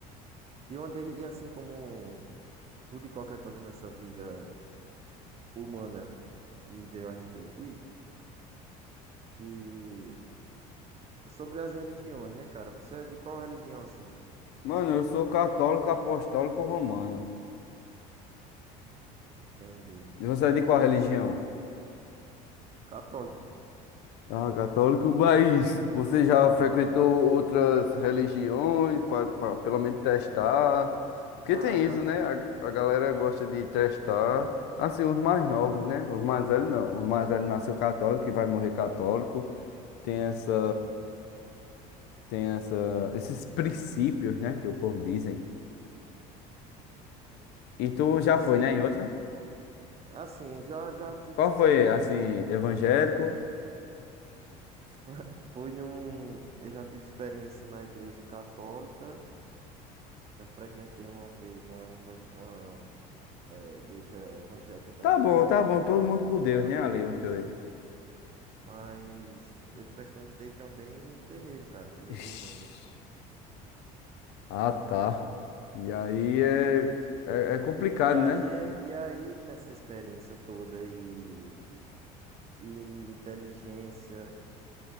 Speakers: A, on the right; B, on the left.
A: e eu andei, e assim como tudo e qualquer coisa nessa vida humana me veio a refletir que sobre as religiões, né, cara? Você é de qual religião assim?
B: Mano, eu sou católico apostólico romano.
A: Entende?
B: E você é de qual
A: Isso,
B: religião?
A: católico,
B: Ah, católico, mas você já
A: normal.
B: frequentou outras religiões para pelo menos testar?
A: Já,
B: Porque tem
A: já
B: isso,
A: frequ...
B: né? A, a galera gosta de testar, assim, os mais novos, né? Os mais velhos não. Os mais velhos nasceu católico e vai morrer católico. Tem essa tem essa, esses princípios, né, que o povo dizem. E tu já
A: Sim,
B: foi, né, em outra?
A: assim, já já tive
B: Qual
A: experiência.
B: foi, assim,
A: já-
B: evangélico?
A: <laughs> Foi num, eu já tive experiência na igreja católica. Já frequentei uma vez uma, evang- uma eh, igreja evangélica também,
B: Tá bom,
A: mas
B: tá bom, todo mundo com Deus,
A: faz algum
B: né, ali,
A: tempinho.
B: os dois.
A: Mas eu frequentei também terreiro, cara, terreiro
B: Ixi,
A: de Umbanda.
B: Ah, tá. E aí é, é, é complicado,
A: E aí,
B: né?
A: eh, e aí nessa experiência toda e, e inteligência.